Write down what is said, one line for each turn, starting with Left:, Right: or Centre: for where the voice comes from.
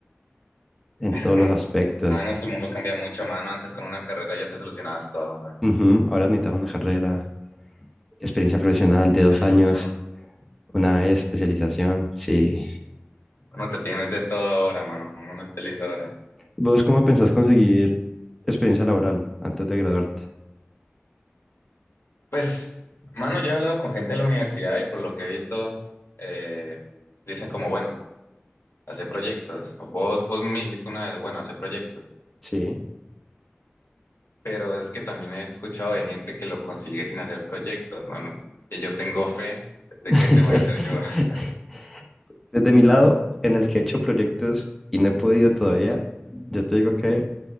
Centre: en
Left: <laughs>
Centre: todos los aspectos.
Left: mano, es que el mundo cambia mucho, mano. Antes con una carrera ya te solucionabas todo, man.
Centre: Ujú, Ahora necesitas una carrera, experiencia profesional de
Left: Especialización.
Centre: dos años, una especialización. Sí.
Left: No te tienes de todo ahora, mano. Uno no es feliz ahora.
Centre: ¿Vos cómo pensás conseguir experiencia laboral antes de graduarte?
Left: Pues, mano, yo he hablado con gente de la universidad y por lo que he visto, eh, dicen como, bueno, hacer proyectos. Vos, vos me dijiste una vez, bueno, hacer proyectos.
Centre: Sí.
Left: pero es que también he escuchado de gente que lo consigue sin hacer proyectos, mano. Y yo tengo fe
Centre: <laughs>
Left: de que ese voy a hacer yo. <laughs>
Centre: Desde mi lado, en el que he hecho proyectos y no he podido todavía, yo te digo que